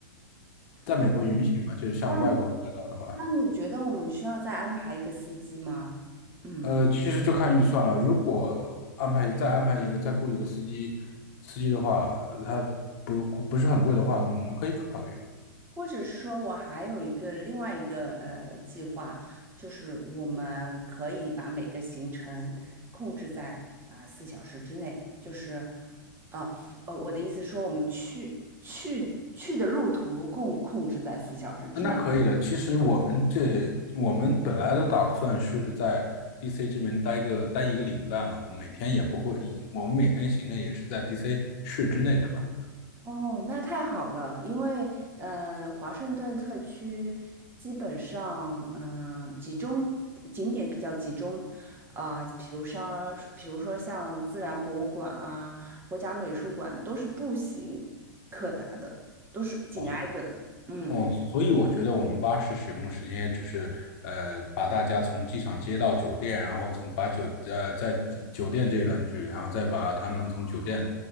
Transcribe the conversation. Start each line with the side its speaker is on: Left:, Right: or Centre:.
Left: 在美国允许嘛，
Right: 哦，
Left: 就是像外国驾照的话，
Right: 那那你觉得我们需要再安排一个司机吗？嗯。
Left: 呃，其实就看预算了。如果安排再安排一个，再雇一个司机，司机的话，他不不是很贵的话，那么我们可以考虑。
Right: 或者是说我还有一个另外一个呃计划，就是我们可以把每个行程控制在啊四、小时之内，就是啊呃我的意思说我们去去去的路途控控制在四小时之内，
Left: 那可以的。其实我们这我们本来的打算是在 DC 这边待个待一个礼拜嘛，我们每天也不会，我们每天行程也是在 DC 市之内，对吧？
Right: 哦，那太好了，因为呃，华盛顿特区基本上嗯、呃集中景点比较集中，啊、比如像比如说像自然博物馆啊、国家美术馆都是步行可达的，都是紧挨着的。
Left: 哦，
Right: 嗯
Left: 哦，所以我觉得我们巴士使用的时间也只是呃，把大家从机场接到酒店，然后从把酒呃在酒店这一段距离，然后再把他们从酒店